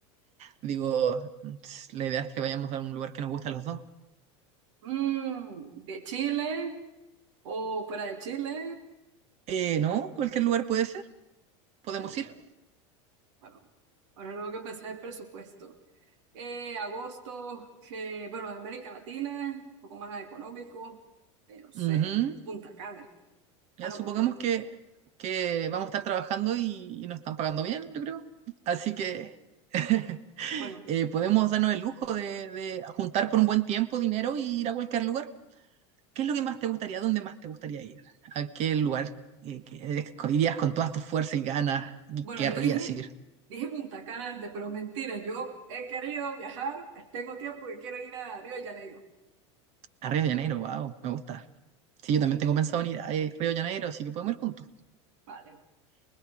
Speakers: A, on the right; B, on the right.
A: Digo, la idea es que vayamos a un lugar que nos guste a los dos.
B: Mm, de Chile o fuera de Chile,
A: Eh, no, cualquier lugar puede ser, podemos
B: ¿a qué lugar?
A: ir.
B: Bueno, ahora tengo que pensar el presupuesto. Eh, agosto, que, bueno, de América Latina, un poco más económico, eh, no sé,
A: Ujú.
B: Punta Cana.
A: Ya
B: Ah, no,
A: supongamos
B: pues poner,
A: que, que vamos a estar trabajando y, y nos están pagando bien, yo creo. Así que <laughs>
B: bueno,
A: eh, podemos darnos el lujo de, de juntar por un buen tiempo dinero y ir a cualquier lugar. ¿Qué es lo que más te gustaría? ¿Dónde más te gustaría ir? ¿A qué lugar eh, que irías con todas tus fuerzas y ganas y
B: bueno,
A: querrías
B: yo dije,
A: ir?
B: dije Punta Cana antes, pero mentira, yo he querido viajar, tengo tiempo que quiero ir a Río de Janeiro.
A: A Río de Janeiro, wow, me gusta. Sí, yo también tengo pensado en ir a eh, Río de Janeiro, así que podemos ir juntos.
B: Vale, vale.